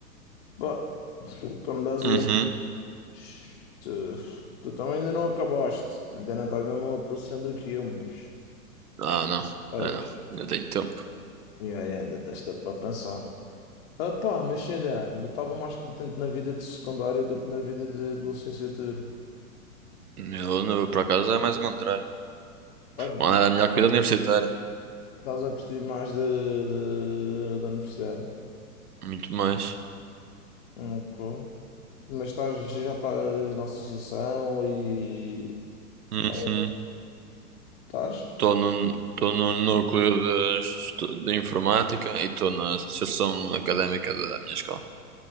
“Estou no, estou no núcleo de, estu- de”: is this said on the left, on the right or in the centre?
Right